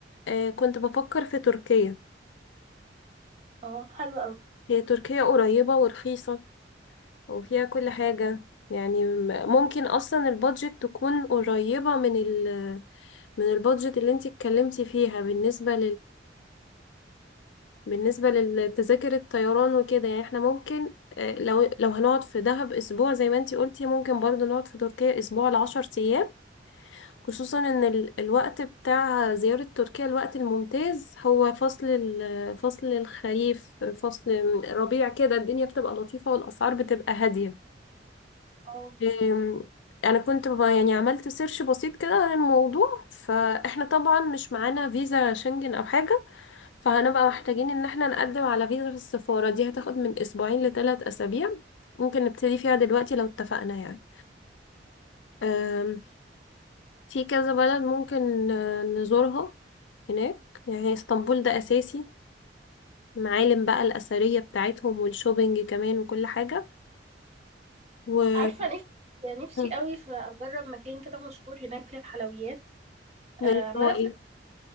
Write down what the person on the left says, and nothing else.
آه، كنت بفكر في تركيا
هي تركيا قريبة ورخيصة وفيها كل حاجة يعني م- ممكن اصلا البادجت تكون قريبة من ال من البادجت اللي انتي اتكلمتي فيها بالنسبة بالنسبة للتذاكر الطيران وكده يعني احنا ممكن آه، لو لو هنقعد في دهب اسبوع زي ما انتي قلتي ممكن برضو نقعد في تركيا اسبوع لعشر ايام خصوصا ان ال- الوقت بتاع زيارة تركيا الوقت الممتاز هو فصل ال- فصل الخريف فصل ربيع كده الدنيا بتبقى لطيفة والاسعار بتبقى هادية
آم، انا كنت ب- يعني عملت سيرش بسيط كده عن الموضوع فاحنا طبعا مش معانا فيزا شنجن او حاجة فهنبقى محتاجين ان احنا نقدم على فيزا في السفارة دي هتاخد من اسبوعين لثلاث اسابيع ممكن نبتدي فيها دلوقتي لو اتفقنا يعني أم، في كذا بلد ممكن آه، نزورها هناك يعني اسطنبول ده اساسي معالم بقى الاثرية بتاعتهم والشوبينج كمان وكل حاجة و
مم،
اللي
هو ايه